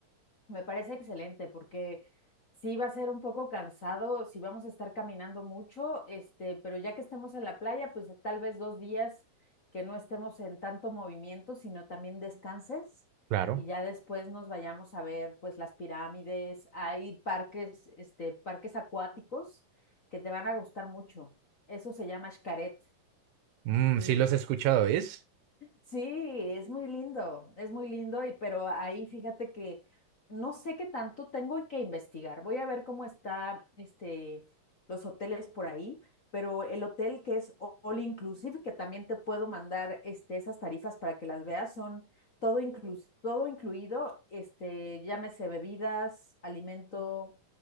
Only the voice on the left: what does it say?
Me parece excelente porque sí va a ser un poco cansado, sí vamos a estar caminando mucho, este, pero ya que estemos en la playa, pues tal vez dos días que no estemos en tanto movimiento, sino también descanses
y ya después nos vayamos a ver pues las pirámides, hay parques, este, parques acuáticos que te van a gustar mucho. Eso se llama Xcaret
y
Sí, es muy lindo, es muy lindo, y pero ahí fíjate que no sé qué tanto tengo que investigar. Voy a ver cómo está este los hoteles por ahí, pero el hotel que es o- all inclusive, que también te puedo mandar este esas tarifas para que las veas, son todo inclus- todo incluido, este, llámese bebidas, alimento